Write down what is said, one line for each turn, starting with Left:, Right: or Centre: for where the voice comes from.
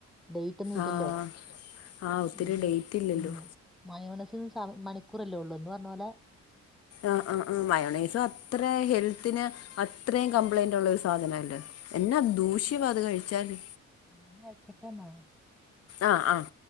Centre: ഡേറ്റ്ഒന്നും ഇല്ലല്ലോ
Left: ആഹ് ആഹ് ഒത്തിരി
Centre: ഉം
Left: ഡേറ്റ് ഇല്ലല്ലോ
Centre: ഉം. മയോണസിൽ സ മണിക്കൂറല്ലേ ഉള്ളൂ എന്ന് പറഞ്ഞ പോലെ.
Left: ആഹ് ആഹ് ആഹ് മയോണൈസും അത്ര ഹെൽത്തിന് അത്രയും കംപ്ലൈന്റ് ഉള്ള ഒരു സാധനല്ലേ. എന്നാ ദൂഷ്യവാ അത് കഴിച്ചാല്.
Centre: ന്നെ വെക്കട്ടെ എന്നാ.
Left: ആഹ് ആഹ്